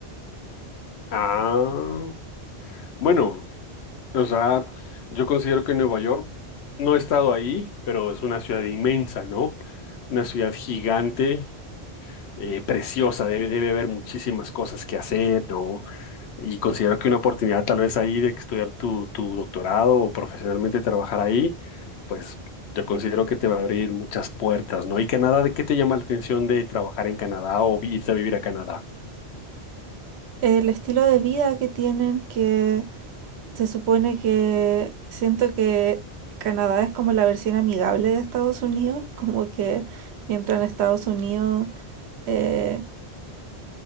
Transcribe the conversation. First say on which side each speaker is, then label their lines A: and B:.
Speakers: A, on the left; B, on the right.
A: Ah, bueno, o sea, yo considero que Nueva York, no he estado ahí, pero es una ciudad inmensa, ¿no? Una ciudad gigante eh, preciosa, debe, debe haber muchísimas cosas que hacer, ¿no? Y considero que una oportunidad tal vez ahí de estudiar tu, tu doctorado o profesionalmente trabajar ahí, pues yo considero que te va a abrir muchas puertas, ¿no? Y Canadá, ¿de qué te llama la atención de trabajar en Canadá o irte a vivir a Canadá?
B: el estilo de vida que tienen, que se supone que siento que Canadá es como la versión amigable de Estados Unidos, <laughs> como que mientras en Estados Unidos eh,